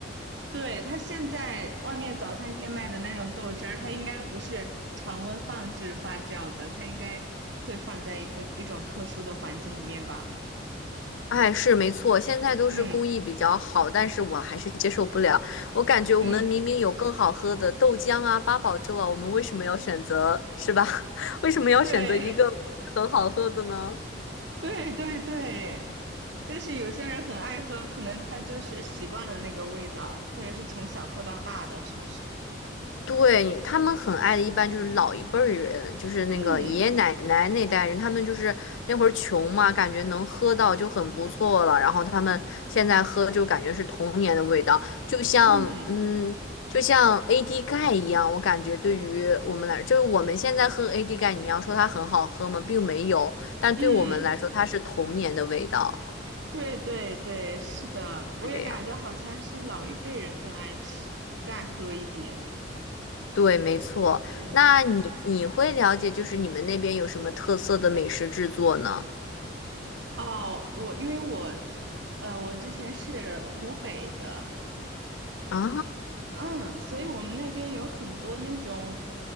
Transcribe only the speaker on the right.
对，它现在外面早餐店卖的那种豆汁儿，它应该不是常温放置发酵的，它应该会放在一个一种特殊的环境里面吧。
嗯
嗯，
对。对对对，但是有些人很爱喝，可能他就是习惯了那个味道，或者是从小喝到大的，是不是？
嗯
嗯
嗯，
对对对，是的，我也感觉好像是老一辈人更爱吃、
更爱喝一点。
嗯，
哦，我因为我，呃，我之前是湖北的，
嗯，所以我们那边有很多那种